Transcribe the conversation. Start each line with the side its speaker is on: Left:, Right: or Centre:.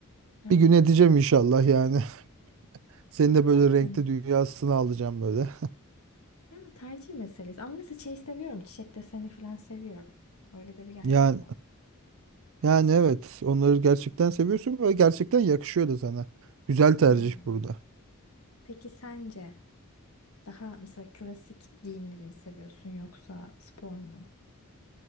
Left: Evet.
Right: Bir gün edeceğim inşallah yani. <laughs> Seni de böyle
Left: Yani
Right: renkli dünyasına alacağım böyle.
Left: ya tercih meselesi. Ama mesela şey seviyorum. Çiçek deseni falan seviyorum. Öyle de bir gerçek
Right: Yani
Left: var.
Right: Yani evet onları gerçekten seviyorsun ve gerçekten yakışıyor da sana. Güzel tercih
Left: Ya.
Right: burada.
Left: Peki sence daha mesela klasik giyimleri mi seviyorsun yoksa spor mu?